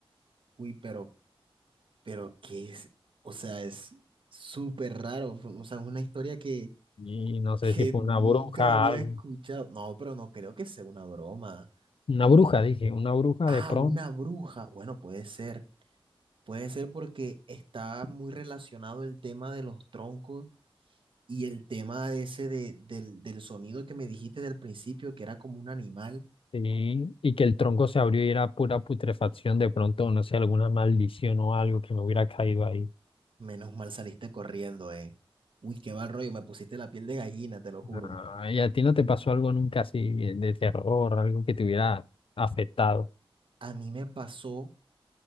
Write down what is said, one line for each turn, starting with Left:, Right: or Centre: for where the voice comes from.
Right: Uy, pero, pero ¿qué es? O sea, es súper raro. Fue- O sea, es una historia que,
Left: Y no sé
Right: que
Left: si fue
Right: nunca
Left: una bruja,
Right: había
Left: algo.
Right: escuchado. No, pero no creo que sea una broma.
Left: Una bruja, dije, una bruja
Right: Ah,
Left: de pronto.
Right: una bruja. Bueno, puede ser. Puede ser porque está muy relacionado el tema de los troncos y el tema de ese de- del, del sonido que me dijiste del principio, que era como un animal.
Left: Sí, y que el tronco se abrió y era pura putrefacción de pronto, no sé, alguna maldición o algo que me hubiera caído ahí.
Right: Menos mal saliste corriendo, eh. Uy, qué mal rollo, me pusiste la piel de gallina, te lo juro.
Left: Ah, ¿y a ti no te pasó algo nunca así de de terror, algo que te hubiera afectado?
Right: A mí me pasó